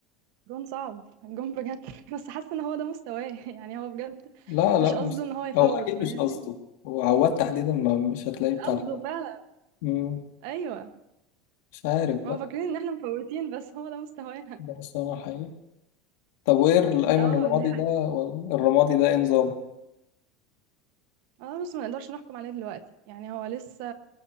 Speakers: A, on the right (about 60°); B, on the left (about 65°).
A: جون صعب جون بجد <laughs> بس حاسه ان هو ده مستواه <laughs> يعني هو بجد
B: لا
A: مش
B: لا مش
A: قصده ان هو يفوت
B: هو اكيد
A: فاهمني؟
B: مش قصده هو عواد تحديدا ما مش هتلاقيه
A: مش
B: بتاع
A: قصده
B: الحرب
A: فعلا
B: مم.
A: ايوه
B: مش عارف بقى
A: هما فاكرين ان احنا مفوتين بس هو ده مستوانا
B: ده مش انا حقيقي طب وايه ال- ايمن
A: اه
B: الرمادي
A: دي حقيقة
B: ده ولا- الرمادي ده ايه نظام
A: اه بس ما نقدرش نحكم عليه دلوقتي يعني هو لسه